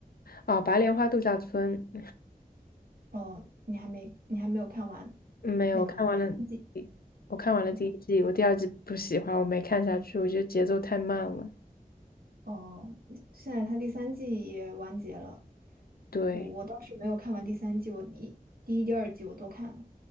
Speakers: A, on the left; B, on the right.
A: 哦，《白莲花度假村》，
B: 哦，你还没你还没有看完
A: 没有看完了，
B: 那个第三季，
A: 我看完了第一季，
B: 对吧？
A: 我第二季不喜欢，我没看下去，我觉得节奏太慢了。
B: 哦，现在它第三季也完结了，
A: 对，
B: 我我倒是没有看完第三季，我一第一、第二季我都看了。